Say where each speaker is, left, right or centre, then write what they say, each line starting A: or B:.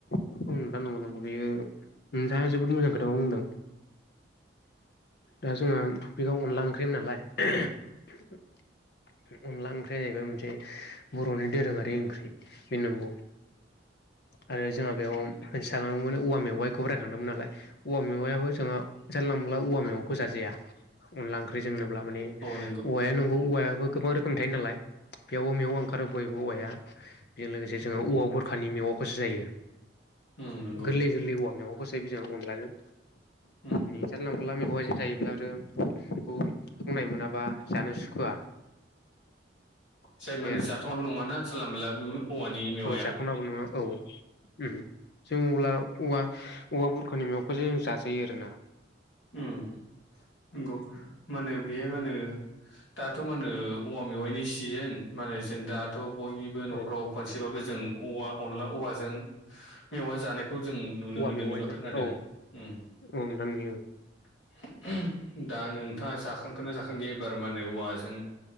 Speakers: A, on the left; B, on the left.
A: उम नोथां नंगौ-नंगौ बेयो नोंथाङा जोबोद मोजां खोथाखौनो बुंदों। दा जोङो थपिकआव अनला ओंख्रैमोन नालाय <unintelligible> अनला ओंख्रिया जाहैबाय मोनसे बर'नि दोरोङारि ओंख्रि बे नंगौ आरो जोंहा बेयाव होनसां मोने औवा मेवाइखौबो रायखांदोंमोन नालाय औवा मेवाइयाबो जोंहा जानला मोनला औवा मेवाइखौ जाजाया अनला ओंख्रै जोंनोब्ला माने
B: औ नंगौ
A: औवाया न' औवायाबो गोबां रोखोमनि थायो नालाय बेयावबो मेवा ओंखारो बयबो औवाया जों लोगोसे जोंङो औवा बुरखानि मेवाखौसो जायो
B: उम नंगौ
A: गोरलै गोरलै औवा मेवा <unintelligible> बिजों अनलाजों
B: उम
A: नि जानला मानला मेवाइजों जायोब्ला आरो खौ थावनाय मोनाबा जानो सुखुवा
B: जाय
A: बे
B: मा होनो जाथावनाबो नङाना जानला मोनला बो औवानि
A: आरो
B: मेवाइया
A: औ जाथावनाबो नङा औ उम जों अब्ला औवा औवा बुरखानि मेवाखोजो जाजायो आरोना
B: उम नोंगौ मा होनो बेहाय मा होनो दाथ' मानो औवा मेवाइनि सिजोन माने जों दाथ' बयनिबो न'खराव
A: औ
B: खनसेबाबो जों औवा अनला औवाजों मेवाइ जानाय खौ जों नुनो
A: औवा
B: मोन्दों
A: मेवाइजों
B: एबा खोनादों
A: औ
B: उम
A: नोंथां नुयो
B: <unintelligible> दा नोंथाङा जाखांखोना जाखांदिया एबार मा होनो औवाजों